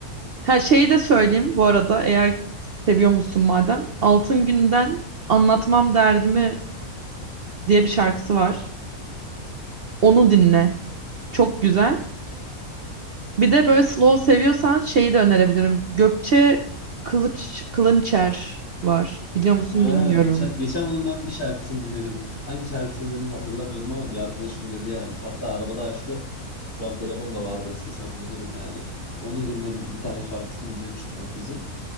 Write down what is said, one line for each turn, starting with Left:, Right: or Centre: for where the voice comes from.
Right: Ha şeyi de söyleyeyim bu arada eğer seviyormuşsun madem. Altın Gün'den Anlatmam Derdimi diye bir şarkısı var. Onu dinle. Çok güzel.
Left: ben.
Right: Bir de böyle slow seviyorsan şeyi de önerebilirim. Gökçe Kılıç Kılınçer var. Biliyor musun
Left: Ha,
Right: bilmiyorum.
Left: geçen geçen onun ben bir şarkısını dinledim. Hangi şarkısını dedim hatırlamıyorum ama bir arkadaşım dedi yani. Hatta arabada açtı. Şu an telefonumda vardır istesem bulurum yani. Onu dinledim. Bir tane şarkısını dinlemiştim o kızın.